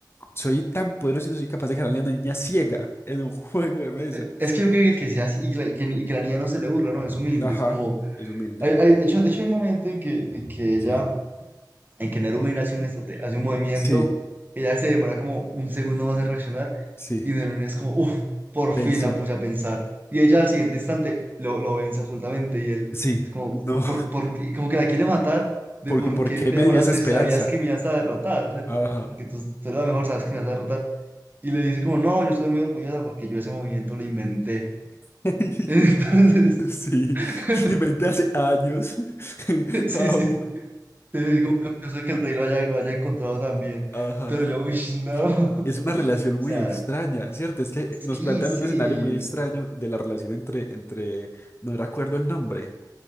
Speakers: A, on the left; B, on the right.
A: soy tan poderoso y no soy capaz de ganarle a una niña ciega en un <laughs> juego de mesa.
B: Eh, Es que yo creo que, que sea así y que, la, y que- y que la niña no se le burla, ¿no? Es humilde,
A: Ajá.
B: es como...
A: Es humilde.
B: Hay, hay- de hecho, de hecho hay un momento en que, en que ella,
A: Sí.
B: en que Nerubin hace un, estrate- hace un movimiento,
A: Sí,
B: ella se demora como un segundo más en reaccionar
A: sí.
B: Y Danone es como, uff, por
A: Pensó.
B: fin la puse a pensar. Y ella al siguiente instante lo, lo vence absolutamente y él
A: Sí.
B: es como,
A: No. <laughs>
B: por, por qué- como que la quiere matar de
A: ¿Por,
B: por
A: por
B: qué
A: qué
B: te
A: me
B: demoraste
A: dio esa esperanza?
B: si sabías que me ibas a derrotar, ¿sabes?
A: Ajá.
B: Porque tú, tú eres la mejor, sabes que me vas a derrotar. Y le dice como, no, yo estoy muy orgullosa porque yo ese movimiento lo inventé.
A: <laughs>
B: <laughs> Entonces,
A: Sí,
B: <laughs>
A: lo inventé hace años. <laughs>
B: sí,
A: Au,
B: sí, eh, como que yo sé que el rey lo haya, lo haya encontrado también.
A: ajá.
B: Pero yo, uy, no. <laughs>
A: Es una relación muy
B: O sea,
A: extraña, ¿cierto? Es que
B: sí,
A: nos plantean
B: sí.
A: un escenario muy extraño de la relación entre, entre, no recuerdo el nombre